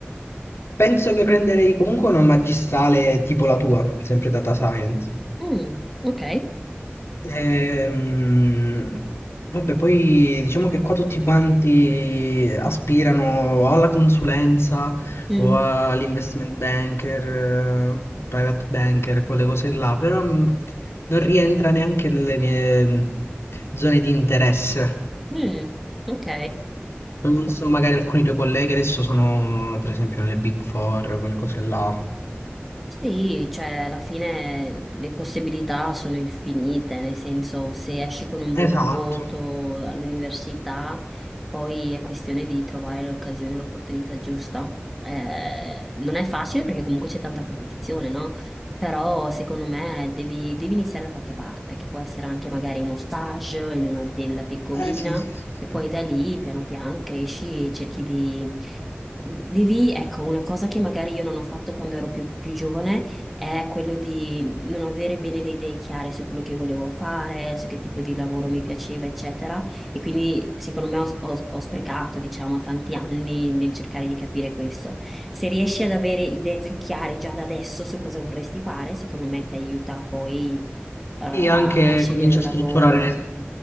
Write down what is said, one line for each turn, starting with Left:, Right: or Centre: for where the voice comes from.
Left: penso che prenderei comunque una magistrale tipo la tua, sempre data science.
Centre: Mm, ok,
Left: Ehm, vabbè, poi diciamo che qua tutti quanti aspirano o alla consulenza
Centre: Mm,
Left: o all'investment banker, eh, private banker, quelle cose là, però mh, non rientra neanche nelle mie mh, zone di interesse.
Centre: mm, ok.
Left: Non
Centre: ok.
Left: so, magari alcuni tuoi colleghi adesso sono, per esempio, nelle Big Four, quelle cose là.
Centre: Sì, cioè alla fine le possibilità sono infinite, nel senso se esci con un buon
Left: Esatto.
Centre: voto all'università, poi è questione di trovare l'occasione, l'opportunità giusta. Eh, non è facile perché comunque c'è tanta competizione, no? Però secondo me devi, devi iniziare da qualche parte, che può essere anche magari uno stage in un'azienda piccolina
Left: Eh sì, sì, sì, sì.
Centre: e poi da lì, piano piano, che esci e cerchi di... Devi, ecco, una cosa che magari io non ho fatto quando ero più, più giovane è quello di non avere bene le idee chiare su quello che volevo fare, su che tipo di lavoro mi piaceva, eccetera. E quindi, secondo me, ho, ho- ho sprecato, diciamo, tanti anni nel cercare di capire questo. Se riesci ad avere idee più chiare già da adesso su cosa vorresti fare, secondo me ti aiuta poi, eh, a
Left: Sì, anche
Centre: scegliere
Left: comincia
Centre: un
Left: a
Centre: lavoro.
Left: strutturare